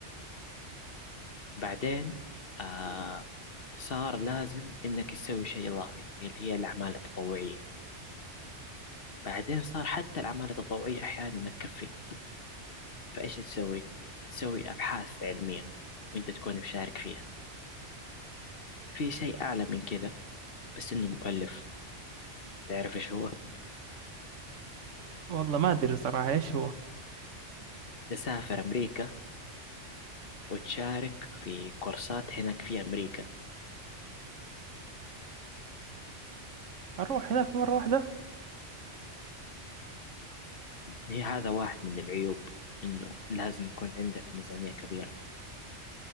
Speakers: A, on the left; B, on the right.
A: بعدين آه صار لازم إنك تسوي شيء إضافي اللي هي الأعمال التطوعية بعدين صار حتى الأعمال التطوعية أحيانا ما تكفي فإيش تسوي؟ تسوي أبحاث علمية وأنت تكون مشارك فيها في شيء أعلى من كذا بس إنه مكلف تعرف إيش هو؟
B: والله ما أدري صراحة إيش هو
A: تسافر أمريكا وتشارك في كورسات هناك في أمريكا
B: أروح هناك مرة واحدة
A: هي هذا واحد من العيوب إنه لازم يكون عندك ميزانية كبيرة